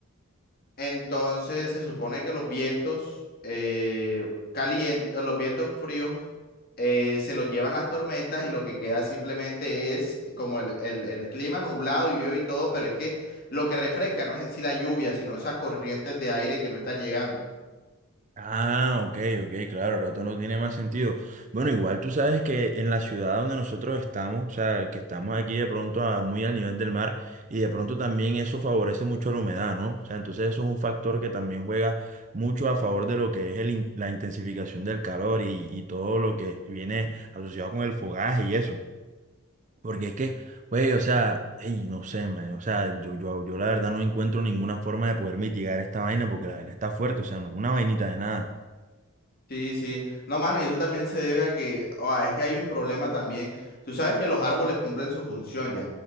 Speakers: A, on the left; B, on the right.
A: Entonces se supone que los vientos eh, calientes, los vientos fríos eh, se los llevan las tormentas y lo que queda simplemente es como el, el- el clima nublado y llueve y todo, pero es que lo que refresca no es en sí la lluvia, sino esas corrientes de aire que no están llegando.
B: Ah, ok, ok, claro, el otro no tiene más sentido. Bueno, igual tú sabes que en la ciudad donde nosotros estamos, o sea, que estamos aquí de pronto a- muy al nivel del mar y de pronto también eso favorece mucho la humedad, ¿no? O sea, entonces eso es un factor que también juega mucho a favor de lo que es el in- la intensificación del calor y, y todo lo que viene asociado con el fogaje y eso. Porque es que, güey, o sea, ey, no sé, man, o sea, yo, yo, yo la verdad no encuentro ninguna forma de poder mitigar esta vaina porque la vaina está fuerte, o sea, no es una vainita de nada.
A: Sí, sí. No, mano, y eso también se debe a que, oh, es que hay un problema también. Tú sabes que los árboles cumplen su función ya.